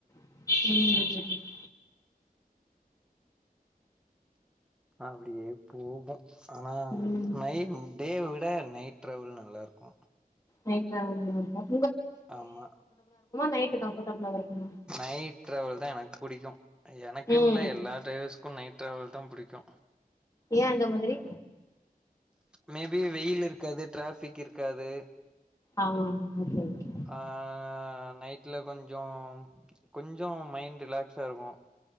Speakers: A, on the left; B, in the centre.
A: ம்
B: அப்டியே போவோ அனா
A: ம்
B: மை டேவ விட நைட் டிராவல் நல்லாருக்கு
A: நைட் டிராவல் நல்லார்க்கா
B: ஆமா
A: நைட் கம்ஃபர்டபுளா இருக்குமா
B: நைட் டிராவல் தா எனக்கு புடிக்கு எனக்குன்னு
A: ம்
B: இல்ல எல்லா டிரைவர்ஸ்க்கு நைட் டிராவல் தா புடிக்கு
A: ஏ அந்த மாதிரி
B: மேபி வெயில் இருக்காது டிராஃபிக் இருக்காது
A: ஆமா ஓகே ஓகே
B: ஆ நைட்ல கொஞ்சோ கொஞ்சோ மைண்ட் ரிலாக்ஸ்சா இருக்கு